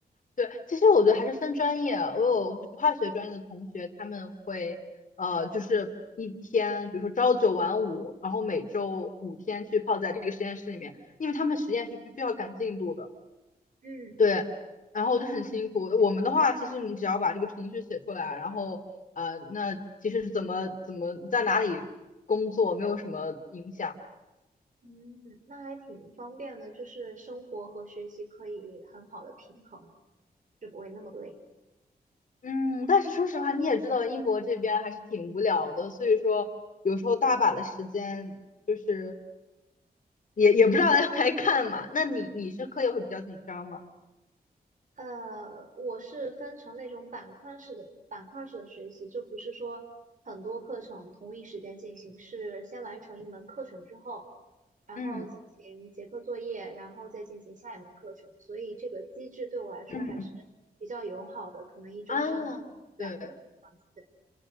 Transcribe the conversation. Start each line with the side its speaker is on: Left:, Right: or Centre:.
Left: 对，其实我觉得还是分专业啊。我有就是化学专业的同学，他们会呃，就是一天，比如说朝九晚五，然后每周五天去泡在这个实验室里面，因为他们实验是必须要赶进度的。
Right: 嗯，
Left: 对，然后就很辛苦。我们的话，其实你只要把这个程序写出来，然后呃，那其实是怎么怎么在哪里工作没有什么影响。
Right: 嗯，那还挺方便的，就是生活和学习可以很好的平衡，就不会那么累。
Left: 嗯，但是说实话，你也知道英国这边还是挺无聊的，所以说有时候大把的时间。就是。也也不知道来干嘛。那你你是课业会比较紧张吗？
Right: 呃，我是分成那种板块式的板块式的学习，就不是说很多课程同一时间进行，是先完成一门课程之后，然后进行结课作业，
Left: 嗯
Right: 然后再进行下一门课程。所以这个机制对我来说还是比较友好的，
Left: 嗯
Right: 可能一周上两天课这样子。
Left: 啊，对
Right: 对，